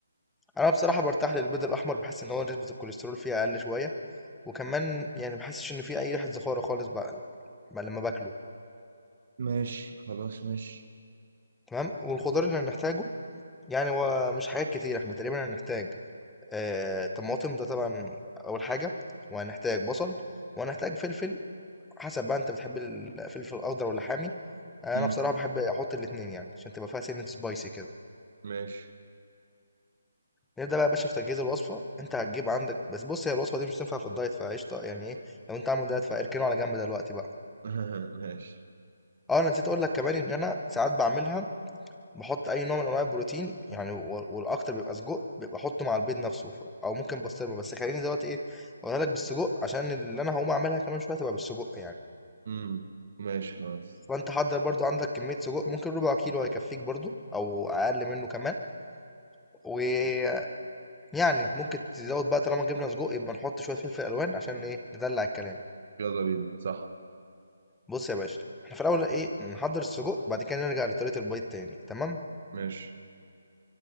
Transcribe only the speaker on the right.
ماشي خلاص ماشي
امم
ماشي
<laughs> ماشي
امم ماشي خلاص
يلا بينا صح
ماشي